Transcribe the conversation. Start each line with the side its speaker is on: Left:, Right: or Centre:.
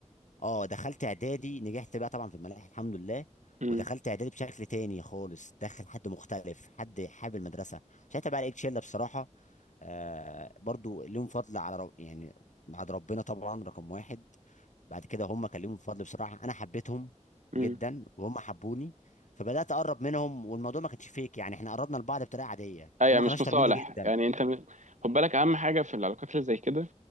Left: اه دخلت اعدادي نجحت بقى طبعا في الملاحه الحمد لله
Right: امم
Left: ودخلت اعدادي بشكل تاني خالص دخل حد مختلف حد حابب المدرسه ساعتها بقى لقيت شله بصراحه آه برضو ليهم فضل على رب يعني بعد ربنا طبعا رقم واحد بعد كده هم كان ليهم فضل بصراحه انا حبيتهم
Right: امم
Left: جدا وهم حبوني فبدات اقرب منهم والموضوع ما كانش فيك يعني احنا قربنا لبعض بطريقه عاديه
Right: ايوه
Left: هم
Right: مش
Left: كانوا اشطر
Right: مصالح
Left: مني جدا
Right: يعني انت م- خد بالك اهم حاجه في العلاقات اللي زي كده